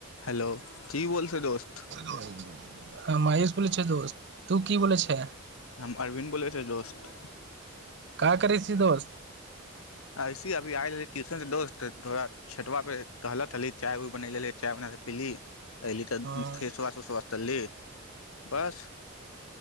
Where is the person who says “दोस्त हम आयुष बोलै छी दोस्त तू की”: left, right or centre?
Right